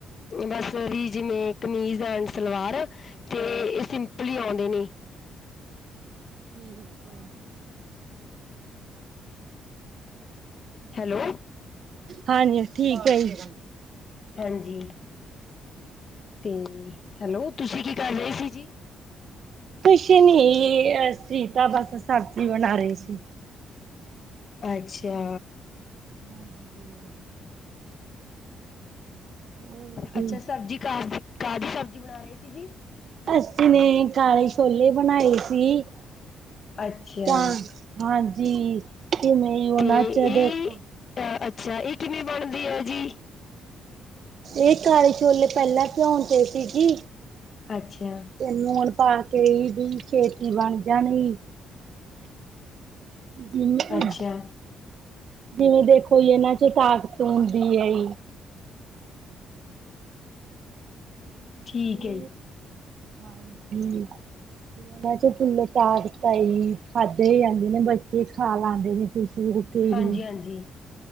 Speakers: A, on the left; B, on the right.
A: ਮੈ ਸਵੀਜ ਨੇ ਕਮੀਜ਼। ਪੈਂਟ- ਸਲਵਾਰ 'ਤੇ ਇਹ ਸਿੰਪਲ ਈ ਔਂਦੇ ਨੇ।
B: ਠੀਕ ਆ।
A: ਹੈਲੋ!
B: ਹਾਂਜੀ, ਠੀਕ ਐ ਜੀ।
A: ਹਾਂਜੀ, 'ਤੇ ਹੈਲੋ! ਤੁਸੀਂ ਕੀ ਕਰ ਰਹੇ ਸੀ ਜੀ?
B: ਕੁਸ਼ ਨੀ, ਅਸੀਂ ਤਾਂ ਬਸ ਸਬਜ਼ੀ ਬਨਾ ਰਹੇ ਸੀ।
A: ਅੱਛਾ।
B: ਹਾਂਜੀ। ਹੋਰ
A: ਅੱਛਾ, ਸਬਜ਼ੀ ਕਾਸ ਦੀ ਕਾਹਦੀ ਸਬਜ਼ੀ ਬਨਾ ਰਹੇ ਸੀ ਜੀ?
B: ਅਸੀਂ ਨੇ ਕਾਲੇ ਛੋਲੇ ਬਨਾਏ ਸੀ।
A: ਅੱਛਾ।
B: ਤਾਂ ਹਾਂਜੀ, ਕਿਵੇਂ ਉਨਾਂ
A: ਤੇ
B: 'ਚ
A: ਇਹ
B: ਦੇਖੋ?
A: ਅ ਅੱਛਾ, ਏਅ ਕਿਵੇਂ ਬਨਦੀ ਆ ਜੀ?
B: ਏਅ ਕਾਲੇ ਛੋਲੇ ਪੈਲਾਂ ਭਿਉਂ ਤੇ ਸੀ ਜੀ।
A: ਅੱਛਾ।
B: 'ਤੇ ਨੂਣ ਪਾ ਕੇ ਵੀ ਦਈਂ ਛੇਤੀ ਬਨ ਜਾਨੀ। ਜਿਵੇ,
A: ਅੱਛਾ
B: ਜਿਵੇਂ ਦੇਖੋ ਜੀ ਇਨਾਂ 'ਚ ਤਾਕਤ ਹੁੰਦੀ ਐ ਜੀ।
A: ਠੀਕ
B: ਵੀ,
A: ਹੈ ਜੀ
B: ਹਾਂਜੀ। ਉਹਨਾਂ 'ਚ ਫੁੱਲ -ਤਾਕਤਾ ਈ, ਖਾਦੇੇ ਈ ਜਾਂਦੇ ਨੇ ਬੱਚੇ, ਖਾ ਲਾਂਦੇ ਨੇ ਖੁਸ਼ ਹੋ। 'ਤੇ
A: ਹਾਂਜੀ-ਹਾਂਜੀ
B: ਜੀ,